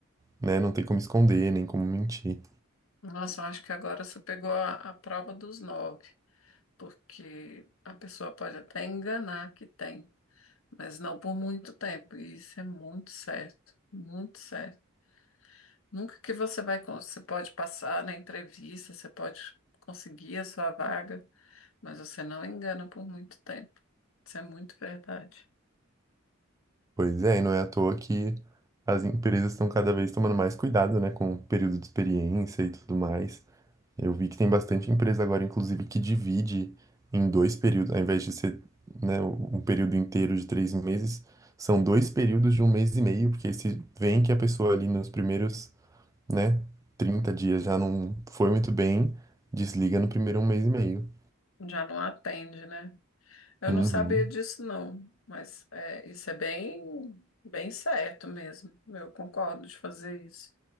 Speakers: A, on the right; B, on the left.
A: né? Não tem como esconder, nem como mentir.
B: Nossa, eu acho que agora você pegou a, a prova dos nove, porque a pessoa pode até enganar que tem, mas não por muito tempo. E isso é muito certo, muito certo. Nunca que você vai, con- você pode passar na entrevista, você pode conseguir a sua vaga, mas você não engana por muito tempo. Isso é muito verdade.
A: Pois é, e não é à toa que as empresas estão cada vez tomando mais cuidado, né? Com o período de experiência e tudo mais. Eu vi que tem bastante empresa agora, inclusive, que divide em dois períodos, ao invés de ser, né, um período inteiro de três meses, são dois períodos de um mês e meio, porque se vem que a pessoa ali nos primeiros, né, 30 dias já não foi muito bem, desliga no primeiro um mês e meio.
B: Já não atende, né? Eu
A: Uhum.
B: não sabia disso, não, mas é, isso é bem, bem certo mesmo. Eu concordo de fazer isso.